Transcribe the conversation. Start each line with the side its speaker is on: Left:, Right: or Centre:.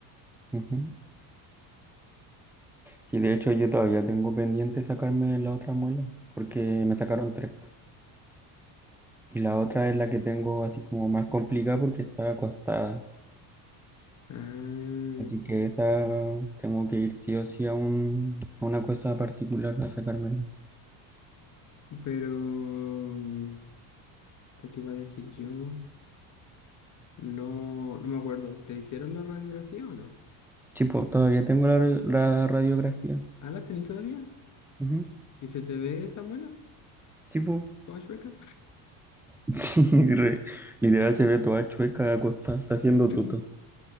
Centre: Ujú. Sí, de hecho yo todavía tengo pendiente sacarme la otra muela, porque me sacaron tres. po. Y la otra es la que tengo así como más complicada porque está acostada.
Left: Ah,
Centre: Así que esa tengo que ir sí o sí a, un, a una cosa particular a sacármela.
Left: pero, mm, ¿qué te iba a decir yo? No, no me acuerdo. ¿Te hicieron la radiografía o no?
Centre: Sí, po, todavía tengo la, ra- la radiografía.
Left: ¿Ah, la tenés todavía?
Centre: Ujú.
Left: ¿Y se te ve esa muela?
Centre: Sí, po.
Left: ¿Toda chueca?
Centre: <laughs> Sí, re- Literal se ve toda chueca acostada, está haciendo
Left: <laughs>
Centre: tuto.